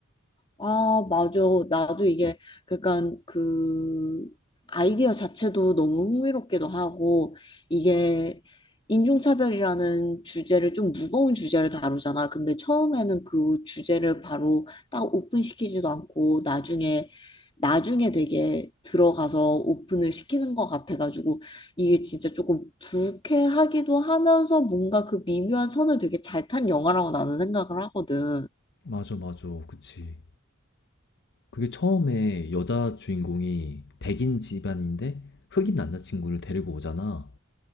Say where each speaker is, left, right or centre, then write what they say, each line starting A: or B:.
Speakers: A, on the left; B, on the left.
A: 아, 맞아. 나도 이게, 그러니까 그 아이디어 자체도 너무 흥미롭기도 하고, 이게 인종차별이라는 주제를 좀 무거운 주제를 다루잖아. 근데 처음에는 그 주제를 바로 딱 오픈시키지도 않고, 나중에, 나중에 되게 들어가서 오픈을 시키는 것 같아가지고, 이게 진짜 조금 불쾌하기도 하면서 뭔가 그 미묘한 선을 되게 잘 탄 영화라고 나는 생각을 하거든.
B: 맞아, 맞아. 그치. 그게 처음에 여자 주인공이 백인 집안인데 흑인 남자친구를 데리고 오잖아.